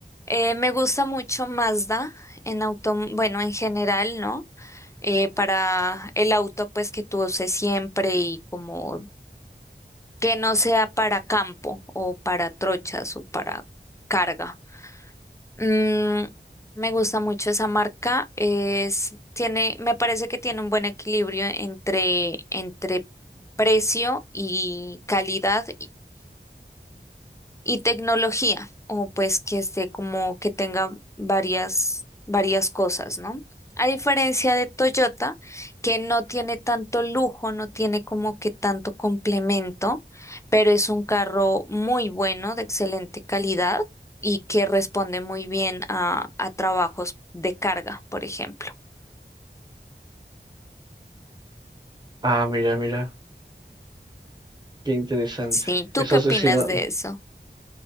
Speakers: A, on the left (about 15°); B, on the right (about 25°).
A: Eh, me gusta mucho Mazda en auto, bueno, en general, ¿no? Eh, para el auto, pues que tú uses siempre y como que no sea para campo o para trochas o para carga. Mm, me gusta mucho esa marca. Es, tiene, me parece que tiene un buen equilibrio entre, entre precio y calidad y tecnología, o pues que esté como que tenga varias, varias cosas, ¿no? A diferencia de Toyota, que no tiene tanto lujo, no tiene como que tanto complemento, pero es un carro muy bueno, de excelente calidad y que responde muy bien a, a trabajos de carga, por ejemplo.
B: Ah, mira, mira, qué interesante.
A: Sí, ¿tú
B: Eso
A: qué opinas
B: es, si no-
A: de eso?